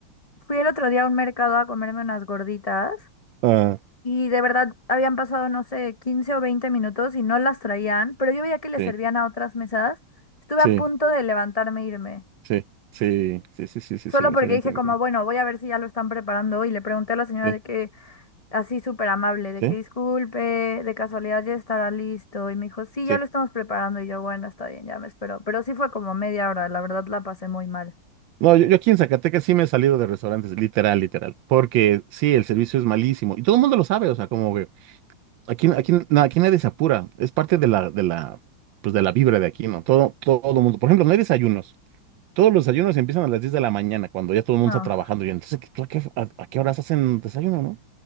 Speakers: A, on the left; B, on the right.
A: fui el otro día a un mercado a comerme unas gorditas
B: Ah,
A: y de verdad habían pasado, no sé, 15 o 20 minutos y no las traían, pero yo veía que les
B: sí,
A: servían a otras mesas. Estuve
B: sí,
A: a punto de levantarme e irme,
B: sí, sí, sí, sí, sí, sí,
A: solo
B: sí, lo,
A: porque
B: sí lo entiendo.
A: dije como, bueno, voy a ver si ya lo están preparando y le pregunté a la señora
B: Sí,
A: de que, así súper amable, de
B: sí,
A: que disculpe, de casualidad ya estará listo y me dijo, sí,
B: sí.
A: ya lo estamos preparando y yo, bueno, está bien, ya me espero, pero sí fue como media hora, la verdad la pasé muy mal.
B: No, yo, yo aquí en Zacatecas sí me he salido de restaurantes, literal, literal, porque sí, el servicio es malísimo y todo el mundo lo sabe, o sea, como que Aquí, aquí, na- aquí nadie se apura. Es parte de la, de la, pues de la vibra de aquí, ¿no? Todo, todo el mundo. Por ejemplo, no hay desayunos. Todos los desayunos empiezan a las 10 de la mañana, cuando ya todo el mundo
A: No,
B: está trabajando. Y entonces, ¿qué- tú a qué, a- a qué horas hacen desayuno, no?